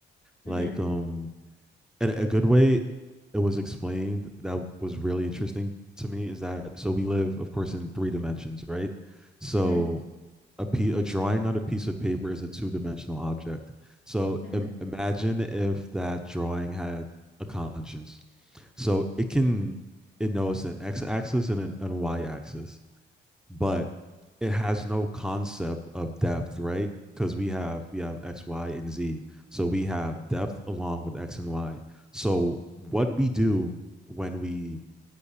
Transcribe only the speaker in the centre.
like um and a good way it was explained that was really interesting to me is that so we live, of course, in three dimensions, right? So
a p a drawing on a piece of paper is a two dimensional object. So
im- imagine if that drawing had a conscience. So it can it knows an x axis and an, and a y axis but it has no concept of depth, right? Because we have we have X, Y, and Z. So we have depth along with X and Y. So what we do when we